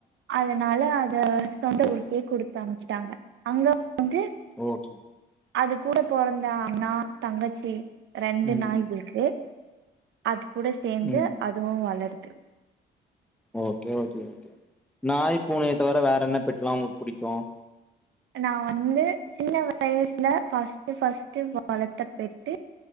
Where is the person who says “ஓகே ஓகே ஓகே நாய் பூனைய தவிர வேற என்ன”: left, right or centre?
Centre